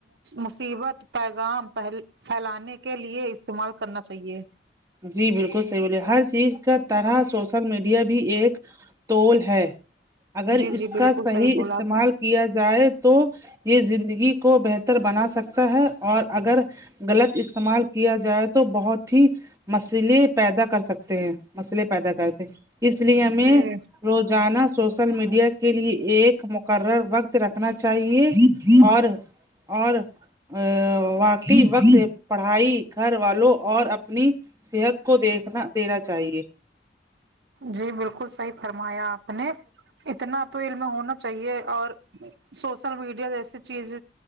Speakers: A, on the right; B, on the right.
A: مصیبت پیغام پل پھیلانے کے لیے استعمال کرنا چاہیے
B: جی بالکل صحیح بولے ہر چیز کا طرح سوشل میڈیا بھی ایک توول ہے اگر
A: جی جی
B: اس کا
A: بالکل
B: صحیح
A: بولا
B: استعمال
A: آپ نے
B: کیا جائے تو یہ زندگی کو بہتر بنا سکتا ہے اور اگر غلط استعمال کیا جائے تو بہت ہی مسئلے پیدا کر سکتے ہیں مسئلے پیدا کرتے اس لیے ہمیں
A: جی
B: روزانہ سوشل میڈیا کے لیے ایک مقرر وقت رکھنا چاہیے اور اور ا واقعی وقت پڑھائی گھر والوں اور اپنی صحت کو دیکھنا دینا چاہیے
A: جی بالکل صحیح فرمایا آپ نے اتنا تو علم ہونا چاہیے اور سوشل میڈیا جیسی چیز